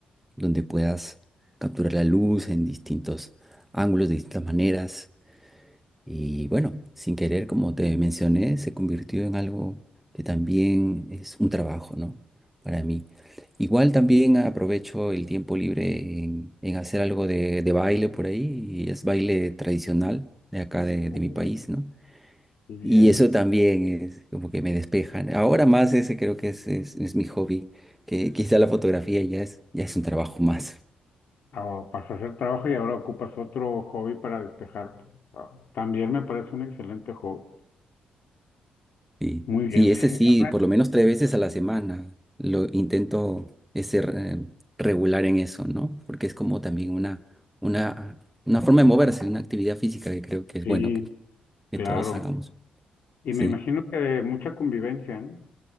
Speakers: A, in the centre; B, on the left.
A: donde puedas capturar la luz en distintos ángulos, de distintas maneras. Y bueno, sin querer, como te mencioné, se convirtió en algo que también es un trabajo, ¿no? Para mí. Igual también aprovecho el tiempo libre en, en hacer algo de, de baile por ahí, y es baile tradicional de acá de,
B: Mm.
A: de mi país, ¿no?
B: Muy bien.
A: Y eso también es como que me despejan. Ahora más ese creo que es, es, es mi hobby, que quizá la fotografía ya es, ya es un trabajo más.
B: O para hacer trabajo y ahora ocupas otro hobby para despejarte. Ah, También me parece un excelente hobby.
A: Sí,
B: Muy bien.
A: sí, ese
B: <laughs>
A: sí, por lo menos tres veces a la semana lo intento eh, ser eh, regular en eso, ¿no? Porque es como también una, una, una forma de moverse, una actividad física que creo que es
B: Sí,
A: bueno que, que
B: claro.
A: todos hagamos.
B: Y
A: Sí,
B: me imagino que mucha convivencia, ¿no?